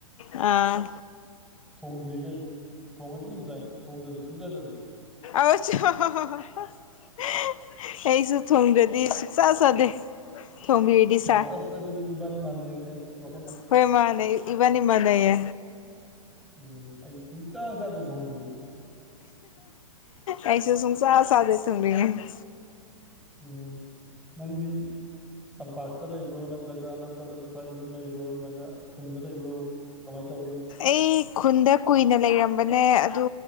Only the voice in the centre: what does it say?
ꯊꯣꯡꯗ꯭ꯔꯤꯈꯩ ꯊꯣꯡꯉꯗꯤ ꯑꯗꯨꯝ ꯆꯥꯏ ꯊꯣꯡꯗ꯭ꯔꯗꯤ ꯁꯨꯡꯆꯥ ꯆꯥꯗꯦ
ꯑꯣ
ꯑꯁ ꯑꯗꯨꯗꯤ ꯏꯕꯥꯅꯤ ꯃꯥꯟꯅꯔꯅꯦ ꯑꯁ ꯋꯥ
ꯎꯝ ꯑꯩ ꯁꯨꯡꯆꯥ ꯆꯥꯗꯦ ꯊꯣꯡꯗ꯭ꯔꯤꯒꯩ
ꯎꯝ ꯅꯪꯗꯤ ꯇꯝꯄꯥꯛꯇ ꯂꯩꯕ꯭ꯔꯣ ꯅꯠꯇ꯭ꯔꯒ ꯑꯅꯛꯄꯗ ꯁ꯭ꯋꯥꯏꯗ ꯑꯗꯨꯝ ꯂꯩꯕ꯭ꯔꯣ ꯅꯠꯇ꯭ꯔꯒ ꯈꯨꯟꯗ ꯂꯩꯕ꯭ꯔꯣ ꯀꯃꯥꯏꯅ ꯇꯧꯒꯦ